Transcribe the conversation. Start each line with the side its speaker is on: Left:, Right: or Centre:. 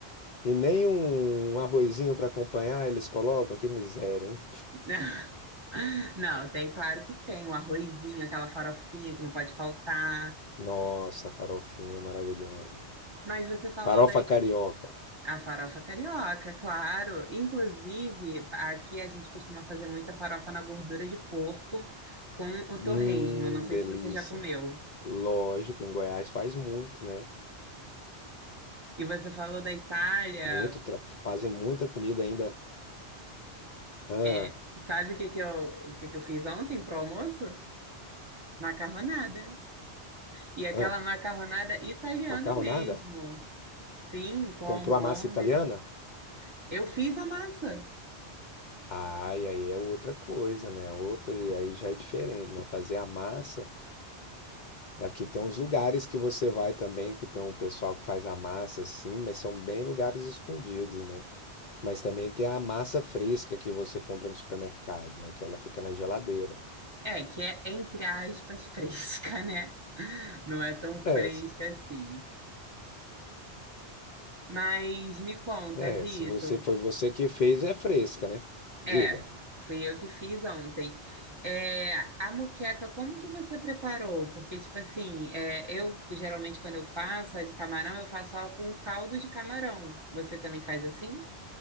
Left: e nem um arrozinho para acompanhar eles colocam? Que miséria, hein?
Right: <laughs> Não, tem, claro que tem, o arrozinho, aquela farofinha que não pode faltar.
Left: Nossa, farofinha maravilhosa.
Right: Mas você falou
Left: Farofa
Right: daí
Left: carioca.
Right: A farofa carioca, claro. Inclusive, aqui a gente costuma fazer muita farofa na gordura de porco com o
Left: Hum,
Right: torresmo. Não sei
Left: delícia.
Right: se você já comeu.
Left: Lógico, em Goiás faz muito, né?
Right: E você falou da Itália.
Left: Muito, tra- fazem muita comida ainda. Ah,
Right: É, sabe o que que eu, o que que eu fiz ontem pro almoço? Macarronada. E aquela
Left: ah.
Right: macarronada italiana
Left: Macarronada?
Right: mesmo. Sim, com almôndega.
Left: Comprou a massa italiana?
Right: Eu fiz a massa.
Left: Ai, aí é outra coisa, né? Outra, aí já é diferente, né? Fazer a massa. Aqui tem uns lugares que você vai também, que tem um pessoal que faz a massa assim, mas são bem lugares escondidos, né? Mas também tem a massa fresca que você compra no supermercado, né? Que ela fica na geladeira.
Right: É, que é entre aspas <laughs> fresca, né? Não é tão
Left: É,
Right: fresca
Left: se-
Right: assim. Mas me conta,
Left: é,
Right: Vitor.
Left: se você foi você que fez, é fresca, né? Diga.
Right: É, fui eu que fiz ontem. É, a moqueca, como que você preparou? Porque, tipo assim, é, eu geralmente quando eu faço a de camarão, eu faço ela com caldo de camarão. Você também faz assim?